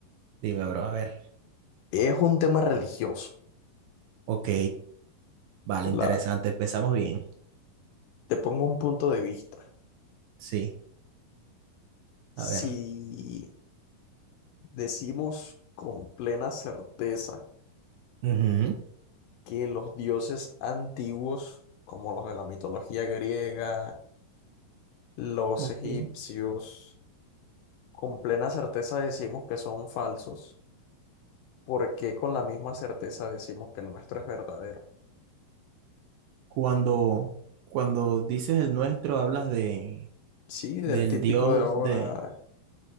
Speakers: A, on the right; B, on the left.
A: Dime, bro, a ver.
B: Es un tema religioso.
A: Ok, vale,
B: La,
A: interesante, empezamos bien.
B: te pongo un punto de vista.
A: Sí,
B: Si
A: a ver.
B: decimos con plena certeza
A: Ujú,
B: que los dioses antiguos, como los de la mitología griega, los
A: Ok.
B: egipcios, con plena certeza decimos que son falsos, porque con la misma certeza decimos que el nuestro es verdadero?
A: Cuando, cuando dices el nuestro, hablas de,
B: Sí, del
A: del
B: típico
A: Dios
B: de ahora
A: de,